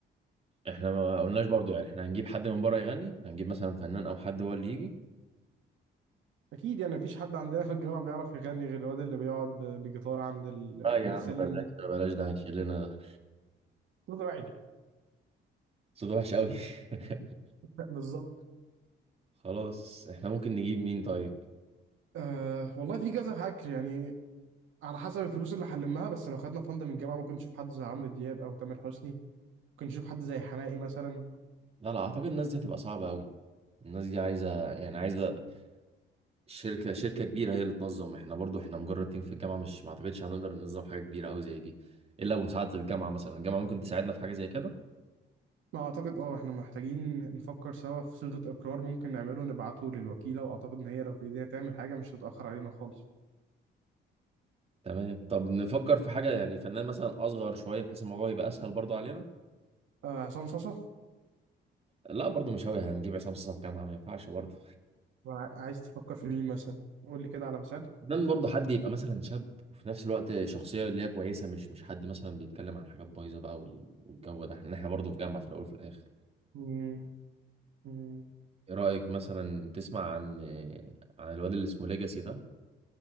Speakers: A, on the right; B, on the right.
A: احنا ما قلناش برضو يعني احنا هنجيب حد من بره يغني هنجيب مثلا فنان او حد هو اللي يجي
B: أكيد يعني مفيش حد عندنا في الجامعة بيعرف يغني غير الواد اللي بيقعد ب- بجيتار عند ال- ال-
A: لا يا عم
B: السلم
A: بلاش
B: ده
A: ده بلاش ده هيشيلنا ده
B: طلع
A: صوت وحش قوي <laughs>
B: <laughs> بالظبط
A: خلاص احنا ممكن نجيب مين طيب
B: أه والله في كذا فكر يعني على حسب الفلوس اللي هنلمها بس لو خدنا فند من الجامعة ممكن نشوف حد زي عمرو دياب أو تامر حسني ممكن نشوف حد زي حماقي مثلا
A: لا لا اعتقد الناس دي هتبقى صعبة قوي الناس دي عايزة يعني عايزة شركة شركة كبيرة هي اللي تنظم احنا برضو احنا مجرد تيم في الجامعة مش ما اعتقدش هنقدر ننظم حاجة كبيرة قوي زي دي الا بمساعدة الجامعة مثلا الجامعة ممكن تساعدنا في حاجة زي كده
B: ما اعتقد اه احنا محتاجين نفكر سوا في صيغة اقرار ممكن نعمله نبعته للوكيلة واعتقد ان هي لو في ايديها تعمل حاجة مش هتتأخر علينا خالص
A: تمام طب نفكر في حاجة يعني فنان مثلا اصغر شوية بحيث الموضوع يبقى اسهل برضو علينا
B: آه عصام صاصا
A: لا برضو مش هوي هنجيب عصام صاصا في الجامعة ما ينفعش برضو
B: ولا عاي- عايز تفكر في مين مثلا قول لي كده على مثال
A: فنان برضو حد يبقى مثلا شاب وفي نفس الوقت شخصية اللي هي كويسة مش مش حد مثلا بيتكلم عن حاجات بايظة بقى وال- والجو ده احنا احنا برضو في جامعة في الاول وفي الاخر
B: مم، مم.
A: ايه رأيك مثلا تسمع عن عن الواد اللي اسمه ليجاسي ده